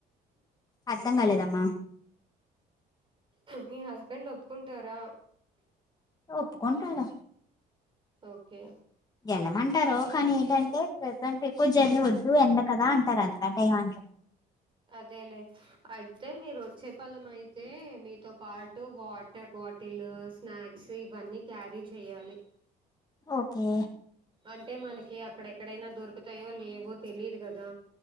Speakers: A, on the left; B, on the right.
A: అర్థం కాలేదమ్మా
B: మీ హస్బెండ్ ఒప్పుకుంటారా
A: ఒప్పుకోంటాడు
B: ఓకే
A: వెళ్ళమంటారు కానీ ఏంటంటే ప్రసెంట్ ఎక్కువ జర్నీ వద్దు ఎండ కదా అంటారు అందుకంటే ఏమంటారు
B: అదేలే అయితే మీరు వచ్చేపలం అయితే మీతో పాటు వాటర్ బాటిల్ స్నాక్స్ ఇవన్నీ క్యారీ చెయాలి
A: ఓకే
B: అంటే మనకి అక్కడెక్కడైనా దొరుకుతాయో లేవో తెలీదు కదా